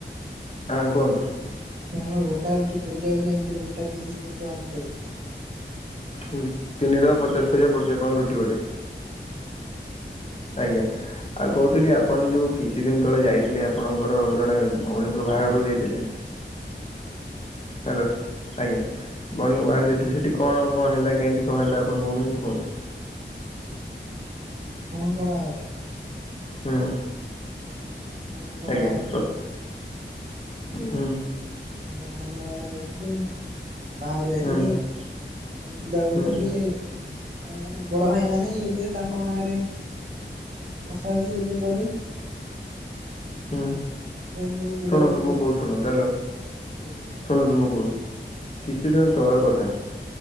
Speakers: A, on the left; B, on the right.
A: ହଁ କୁହନ୍ତୁ।
B: ଆଜ୍ଞା ଆମର ଗୋଟାଏ ରୁଟି ପୋଡିଯାଉଛି ଏମ୍ତିରେ ଗୋଟା ପିସ୍ ତିନି ଟଙ୍କା ପଚାଶ୍ ପଇସା।
A: ହୁଁ ତିନି ଟଙ୍କା ପଚାଶ୍ ପଇସା ପଡୁଛି ଆପଣଙ୍କ ରୁଟି ଗୋଟେ?
B: ଆଜ୍ଞା।
A: ଆଜ୍ଞା। ଆଉ କହୁଥିଲି ଆପଣ ଯୋଉ କିଛି ଦିନ୍ ତଳେ ଯାଇଥିଲେ ଆପଣଙ୍କର ଜଣେ ଭଉଣୀଙ୍କ ବାହାଘରକୁ ଯାଇଥିଲେ।
B: ଆଜ୍ଞା।
A: ହ୍ୟାଲୋ ଆଜ୍ଞା। ବନିଙ୍କ ବାହାରୁ ଯାଇଥିଲେ ସେଠି କଣ କଣ ହେଲା କେନ୍ତି କଣ ହେଲା ଆପଣ କହୁନାହାନ୍ତି କୁହନ୍ତୁ?
B: ଉଁହୁଁ ଭଉଣୀଙ୍କ ବାହାଘରରେ
A: ହୁଁ।
B: ଭଉଣୀଙ୍କ
A: ଆଜ୍ଞା
B: ବାହାଘରରେ
A: ପ୍ର ହୁଁ।
B: ଆଜ୍ଞା ଭଉଣୀଙ୍କ ବାହାଘରୁ ଯାଇଥିଲି। ବାହାଘରକୁ ଯାଇଥିଲି
A: ହୁଁ ହୁଁ
B: ଆଉ ଟିକେ ବୁଲାବୁଲି
A: ହୁଁ
B: କଲି। ଆ ମାନେ ବଡଭାଇ ମାନେ ଇବେ ତାଙ୍କ ଭାରେ ବସାବସି ଏ ଟିକେ କଲି।
A: ହୁଁ
B: ଏ ସବୁ ବୁଲାବୁଲି
A: ଶୁଣନ୍ତୁ
B: କଲି
A: ମୁଁ କହୁଚି ଶୁଣନ୍ତୁ ହ୍ୟାଲୋ?
B: ଆଜ୍ଞା
A: ଶୁଣନ୍ତୁ ମୁଁ କହୁଚି
B: ଆଜ୍ଞା
A: କିଛି ଦିନ ତଳର କଥା